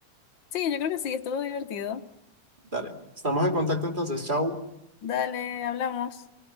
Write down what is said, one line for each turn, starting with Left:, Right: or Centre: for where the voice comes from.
Left: Sí, yo creo que sí, estuvo divertido.
Right: Dale, estamos en contacto entonces, chao.
Left: Dale, hablamos.